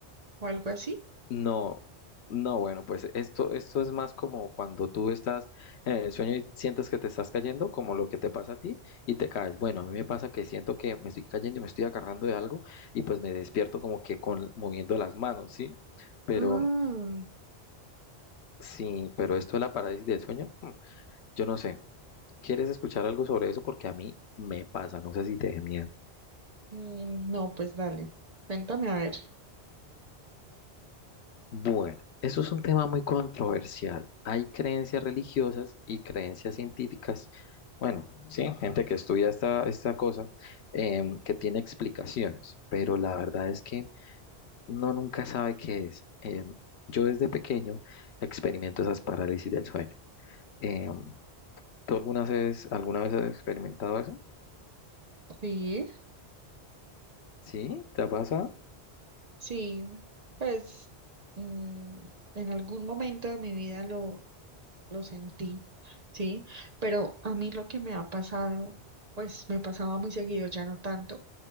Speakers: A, on the right (about 40°); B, on the left (about 80°).
A: o algo así.
B: No, no, bueno, pues esto, esto es más como cuando tú estás en el sueño y sientes que te estás cayendo, como lo que te pasa a ti y te caes. Bueno, a mí me pasa que siento que me estoy cayendo y me estoy agarrando de algo y pues me despierto como que con moviendo las manos, ¿sí? Pero
A: Ah,
B: Sí, pero esto de la parálisis del sueño, hmm, yo no sé. ¿Quieres escuchar algo sobre eso? Porque a mí me pasa, no sé si te dé miedo.
A: mm, no, pues dale, cuéntame a ver.
B: Bueno, eso es un tema muy controversial. Hay creencias religiosas y creencias científicas. Bueno, sí, gente que estudia esta, esta cosa, em, que tiene explicaciones, pero la verdad es que no nunca sabe qué es. Em, yo desde pequeño experimento esas parálisis del sueño. Em, ¿tú alguna vez, alguna vez has experimentado eso?
A: Sí,
B: ¿Sí? ¿Te pasa?
A: sí, pues mm, en algún momento de mi vida lo, lo sentí, sí, pero a mí lo que me ha pasado, pues me pasaba muy seguido, ya no tanto